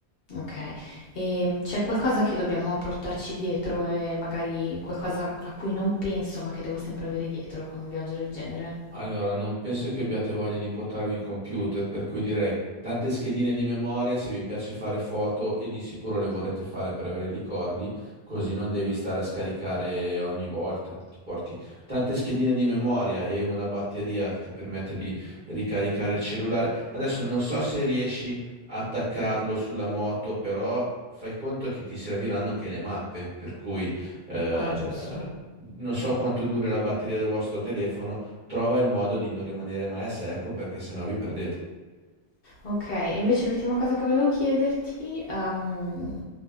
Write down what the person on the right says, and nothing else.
Allora, non penso che abbiate voglia di portarvi il computer, per cui direi tante schedine di memoria se vi piace fare foto e di sicuro le vorrete fare per avere ricordi, così non devi stare a scaricare ogni volta. Ti porti tante schedine di memoria e una batteria che ti permette di ricaricare il cellulare. Adesso non so se riesci a attaccarlo sulla moto, però fai conto che ti serviranno anche le mappe, per cui eh,
non so quanto dura la batteria del vostro telefono trova il modo di non rimanere mai a secco perché sennò vi perdete.